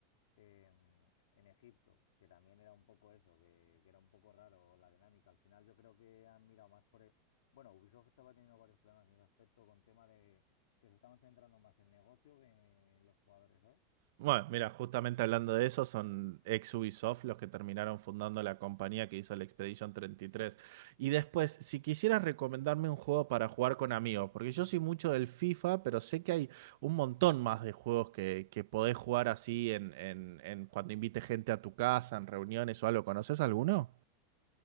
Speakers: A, on the left (about 80°); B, on the right (about 70°).
A: em, en Egipto, que también era un poco eso, que, que era un poco raro la dinámica. Al final yo creo que han mirado más por... el- Bueno, Ubisoft estaba teniendo varios problemas en ese aspecto con tema de que se estaban centrando más en negocio que en los jugadores, ¿sabes?
B: Bueno, mira, justamente hablando de eso, son ex Ubisoft los que terminaron fundando la compañía que hizo el Expedition treinta Y tres. Y después, si quisieras recomendarme un juego para jugar con amigos, porque yo soy mucho del FIFA, pero sé que hay un montón más de juegos que, que podés jugar así en, en- en cuando invites gente a tu casa, en reuniones o algo. ¿Conoces alguno?